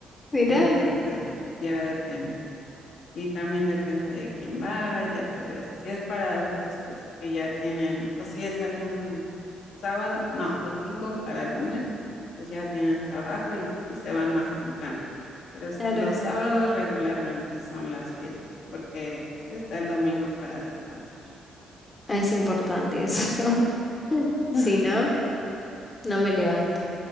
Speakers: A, on the left; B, on the left.
A: Mirá,
B: Entonces,
A: Mm.
B: ya depende y también depende de quién vaya, todo eso. Si es para adultos, pues que ya tienen, o si es algún sábado, no, domingo para lunes, pues ya tienen trabajo y si se van más temprano. Pero es-
A: claro.
B: los sábados regularmente son las fiestas, porque está el domingo para descansar.
A: Ah, es importante eso. <laughs>
B: <laughs>
A: Si no,
B: Sí.
A: no me levanto.